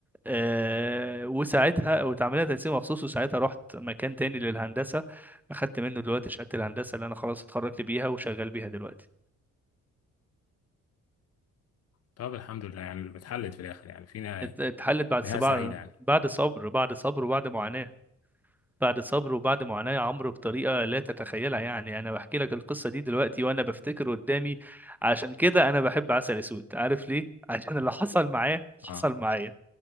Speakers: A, in the centre; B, on the left (about 55°).
A: آه، وساعتها واتعمل لنا تنسيق مخصوص وساعتها رحت مكان تاني للهندسه اخدت منه دلوقتي شهاده الهندسه اللي انا خلاص اتخرجت بيها وشغال بيها دلوقتي
B: طب الحمد لله يعني اتحلت في الاخر يعني في نهاية
A: ات- اتحلت بعد
B: نهاية
A: سبع
B: سعيدة يعني
A: بعد صبر بعد صبر وبعد معاناه بعد صبر وبعد معاناة يا عمرو بطريقة لا تتخيلها يعني أنا بحكي لك القصة دي دلوقتي وأنا بفتكر قدامي عشان كده أنا بحب عسل أسود عارف ليه؟ <laughs> عشان اللي حصل معاه حصل
B: اه
A: معايا